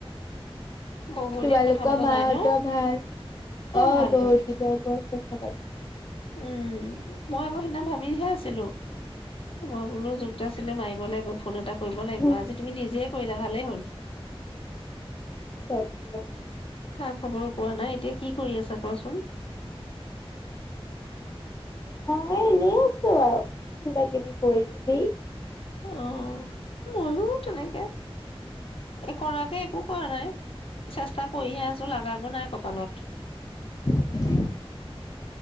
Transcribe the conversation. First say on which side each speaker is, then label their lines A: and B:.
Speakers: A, on the left; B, on the left.
A: বহুত
B: তোমালোকৰ
A: দিন কথা পতা
B: মা
A: নাই
B: হতৰ
A: ন
B: ভাল? অ
A: ভাল
B: বহুত
A: ভাল
B: দিনৰ মূৰত কথা পত
A: উম মই আকৌ সিদিনা ভাবিহে আছিলো মই বোলো যুক্ত আছিলে মাৰিব লাগিব ফোন এটা কৰিব
B: পাতিছো
A: লাগিব আজি তুমি নিজে কৰিলা ভালেই হ'ল
B: তে <unintelligible>
A: খা খবৰো পোৱা নাই এতিয়া কি কৰি আছা কোৱাচোন।
B: মই এনেই আছো, আৰু কিবা কিবি কৰি তুমি?
A: অ ময়ো তেনেকে কৰাকে একো কৰা নাই চেষ্টা কৰিহে আছো লাগো নাই কপালত।
B: <inaudible>